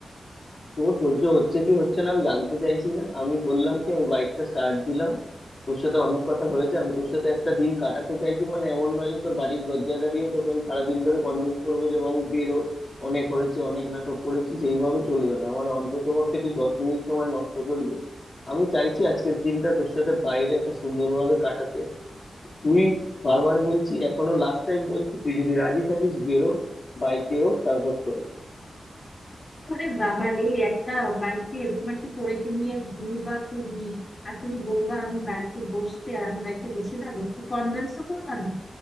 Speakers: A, on the left; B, on the left.
A: তোর সহ্য হচ্ছে কি হচ্ছে না আমি জানতে চাইছি না আমি বললাম কি আমি বাইকটা স্টার্ট দিলাম তোর সাথে অনেক কথা হয়েছে আমি তোর সাথে একটা দিন কাটাতে চাইছি মানে এমন নয় যে তোর বাড়ির দরজায় দাঁড়িয়ে তোকে আমি সারাদিন ধরে কনভিন্স করবো যে বাবু বেরো অনেক হয়েছে অনেক নাটক করেছি সেইভাবে চলবে না আমার অন্তত পক্ষে তুই দশ মিনিট সময় নষ্ট করলি আমি চাইছি আজকের দিনটা তোর সাথে বাইরে একটা সুন্দরভাবে কাটাতে তুই বারবার বলছি এখনো লাস্ট টাইম বলছি তুই যদি রাজি থাকিস বেরো বাইকে হোক তারপর চল
B: আরে বাবা রে একটা বাইকে এরকম একটা পরীকে নিয়ে ঘুরবা তুমি আর তুমি বলবা আমি বাইকে বসতে আর আমি বাইকে বসে যাবো একটু কনভিন্স তো করবা না